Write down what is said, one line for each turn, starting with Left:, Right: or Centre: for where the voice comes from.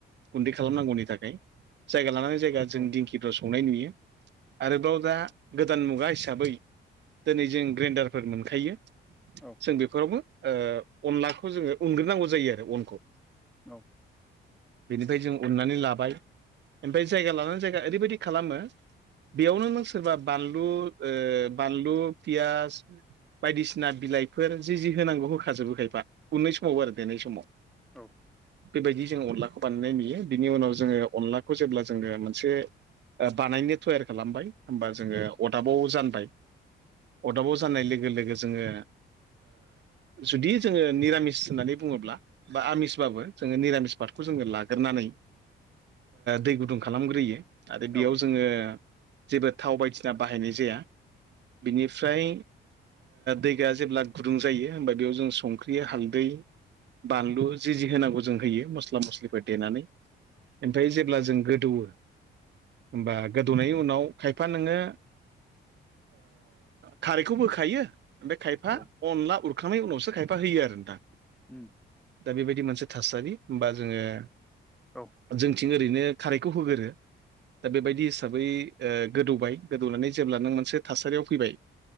Right: गुन्दै खालामनांगौनि थाखाय जायगा लानानै। जायगा
Centre: औ
Right: जों दिंखिफ्राव संनाय नुयो आरोबाव दा गोदान मुगा हिसाबै। दिनै जों ग्रेन्डारफोर मोनखायो
Centre: औ
Right: जों बेफोरावबो अनलाखौ जोङो उग्रोनांगौ जायो आरो अनखौ।
Centre: औ
Right: बेनिफ्राय जों उननानै लाबाय ओमफ्राय जायगा लानानै जायगा ओरैबायदि खालामो बेयावनो नों सोरबा बानलु बानलु पियास बायदिसिना बिलाइफोर जि जि होनांगौ होखाजोबोखायफा उननाय स औ आरो देनाय सबाव
Centre: औ
Right: बेबायदि जों अनला खौ बानायनाय नुयो बिनि उनाव जोङो अनलाखौ जेब्ला जोङो मोनसे बानायनो थयार खालामबाय होमबा जोङो अरदाबाव जानबाय अदाबाव जानाय लोगो लोगो जोङो जुदि जोङो निरामिस होननानै बुङोब्ला बा आमिसबाबो जोङो निरामिस पादखौ जोङो लाग्रोनानै दै गुदुं खालामग्रोयो आरो
Centre: औ
Right: बेयाव जोङो जेबो थाव बायदिसिना बाहायनाय जाया बिनिफ्राय दैया जेब्ला गुदुं जायो होमबा बेयाव जों संख्रि हालदै बानलु जि जि होनांगौ जों होयो मस्ला मस्लिफोर देनानै ओमफ्राय जेब्ला जों गोदौवो होमबा गोदौनायनि उनाव खायफा नोङो खारैखौ होखायो ओमफ्राय खायफा
Centre: औ
Right: अनला हरखांनायनि उनावसो खायफा होयो आरो नोंथां
Centre: उम
Right: दा बेबायदि मोनसे थासारि होमबा जोङो
Centre: औ
Right: जोंथिं ओरैनो खारैखौ होगोरो दा बेबायदि हिसाबै गोदौबाय गोदौनानै जेब्ला नों मोनसे थासारियाव फैबाय